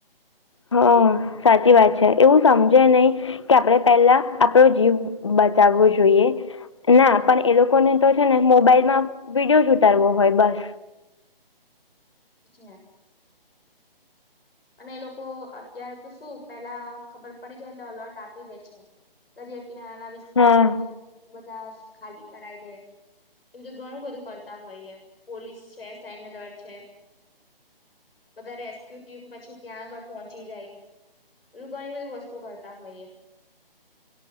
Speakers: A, on the left (about 30°); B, on the left (about 75°).
A: હન, સાચી વાત છે એવું સમજે નઈ કે આપડે પેલા આપડો જીવ બચાવવો જોઈએ. ના, પણ એ લોકોને તો છે ને મોબાઈલમાં વિડીયો જ ઉતારવો હોય બસ.
B: વિચવા <unintelligible> અને એ લોકો અત્યારે તો શું પેલા ખબર પડી જાય એટલે અલર્ટ આપી દે છે. દરીયાકિનારાના વિસ્તારો
A: હા
B: બધા જ ખાલી કરાય દે એ બધુ ઘણું બધું કરતા હોઈએ પોલીસ છે, સૈન્ય દળ છે બધા રેસ્ક્યુ ટીમ પછી ત્યાં આગળ પહોંચી જાય, એવુ ઘણી બધી વસ્તુ કરતા હોયએ.